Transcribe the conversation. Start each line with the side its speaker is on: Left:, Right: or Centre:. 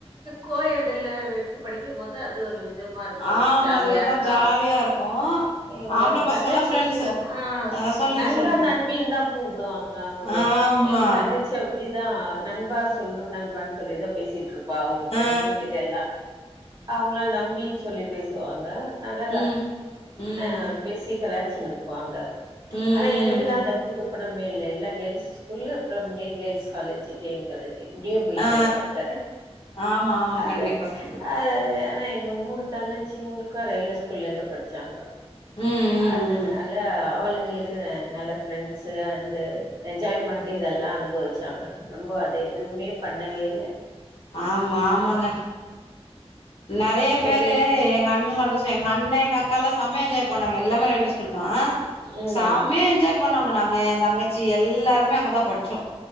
Right: கோய்யேடுல இருக்கு படிக்கு போது அது ஒரு விதமா இருக்கு
Left: ஆமா
Right: ஜாலியா
Left: அது ஒரு
Right: இருக்கா
Left: மாரி ஜாலியா இருக்கு
Right: எங்க
Left: ஆம்பள பசங்கல்லா
Right: தங்கச்சி
Left: ஃப்ரெண்ட்ஸு
Right: சொல்ல ஆ
Left: சொல்லுங்க
Right: நண்பா
Left: சொல்லுங்க
Right: நண்பீன் தா கூப்பிடுவாங்க அவுங்க
Left: ஆமா
Right: எங்க தங்கச்சி அப்டிதா நண்பாஸ் நண்பா சொல்லிதா பேசிட் ருப்பா அவங்க ப்ரெண்ஸ்சுன்
Left: ஆ
Right: கிட்டேல்லா அவுங்குள்ள நம்பீன்னு சொல்லி பேச் வாங்க நாங்க
Left: ம் ம்
Right: அ
Left: ம்
Right: பேசி கலாச்சின்னு வாங்க
Left: ம்
Right: அனா எனக்குதா
Left: ம்
Right: அந்த கூடுப்பணம் லே எல்லா கேல்ஸ் ஸ்கூலு அப்புறம் லே கேல்ஸ் காலேஜ்ஜு காலேஜி அப்படியே போயிச்சு
Left: ஆ
Right: எ வாழ்க்க
Left: ஆமா ஆமா
Right: அத
Left: கண்டிப்பா கண்டிப்பா
Right: அ எங்க மூணு தங்கச்சிங்களுக்கு ரயில்வே ஸ்கூல்லியேதா படிச்சாங்க
Left: ம் ம்
Right: அதுனால
Left: ம்
Right: அவுளுக் எங்களுக்கு நல்ல ப்ரெண்ட்ஸ்சு அந்த என்ஜாய்மெண்ட் டு இதெல்லா அனுபவிச்சாங்க ரொம்ப எதுவுமே பண்ணவேல் த
Left: ஆம்மா ஆமாங்க நெறைய
Right: சரி
Left: பேரு எங்க அண்ணலக் ஸ்ஸோ எங்க அண்ண எங்க அக்கல்லா செமய என்ஜாய் பண்ணாங்க எல்லாமே ரயிலவே ஸ்கூல் நா
Right: ம்
Left: சமைய என்ஜாய் பண்ணுவங்க நாங்க தங்கச்சி எல்லார்மே அங்க தா பட்ச்சோ